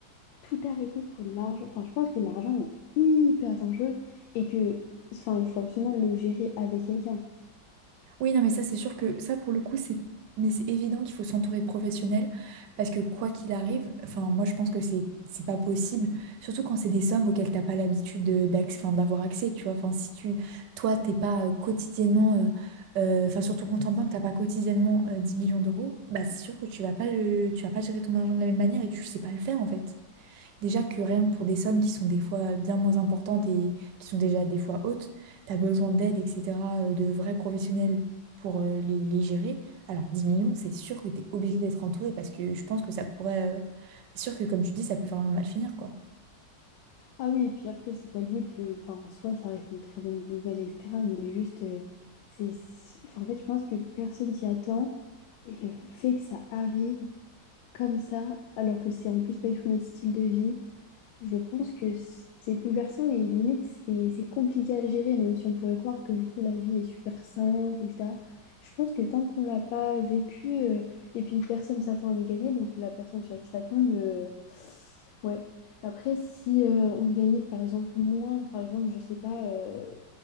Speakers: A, on the left; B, on the right.
A: tout arrêter pour l'argent. Enfin, je pense que l'argent est hyper dangereux et que, enfin, il faut absolument le gérer avec quelqu'un.
B: Oui, non, mais ça, c'est sûr que ça, pour le coup, c'est mais c'est évident qu'il faut s'entourer de professionnels parce que quoi qu'il arrive, enfin, moi, je pense que c'est c'est pas possible, surtout quand c'est des sommes auxquelles t'as pas l'habitude de- d'acc- enfin, d'avoir accès, tu vois. Enfin, si tu, toi, t'es pas euh, quotidiennement, euh, euh, enfin, sur ton compte en banque, t'as pas quotidiennement euh, 10 millions d'euros, bah, c'est sûr que tu vas pas le, tu vas pas gérer ton argent de la même manière et tu sais pas le faire, en fait. Déjà que rien que pour des sommes qui sont des fois bien moins importantes et qui sont déjà des fois hautes, tu as besoin d'aide, etc., euh, de vrais professionnels pour euh, les, les gérer. Alors 10 millions, c'est sûr que tu es obligé d'être entouré parce que je pense que ça pourrait... euh, C'est sûr que comme tu dis, ça peut vraiment mal finir, quoi.
A: Ah oui, et puis après, c'est pas le but. Le... Enfin, en soi, ça reste une très bonne nouvelle, etc. Mais juste, euh, c'est... c'est- enfin, en fait, je pense que personne s'y attend. Et le fait que ça arrive comme ça, alors que c'est en plus pas du tout notre style de vie, je pense que c'est bouleversant et limite, c'est c'est compliqué à gérer, même si on pourrait croire que du coup, la vie est super simple, et etc. Je pense que tant qu'on l'a pas vécu, euh, et puis personne s'attend à les gagner, donc la personne sur qui ça tombe, euh, ouais. Après, si euh, on gagnait par exemple moins, par exemple, je sais pas, euh,